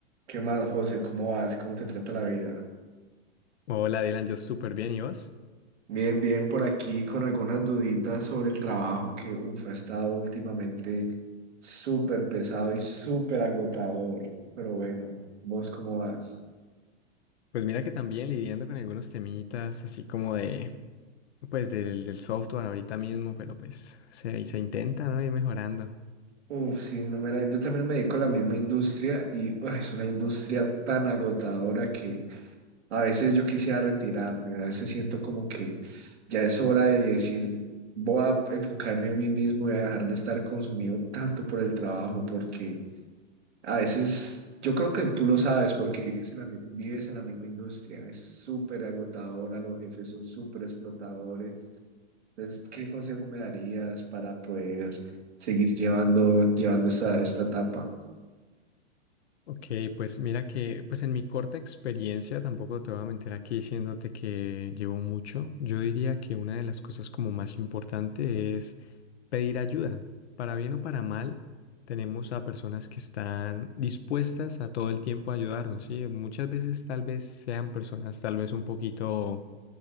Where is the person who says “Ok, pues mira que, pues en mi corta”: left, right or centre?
Left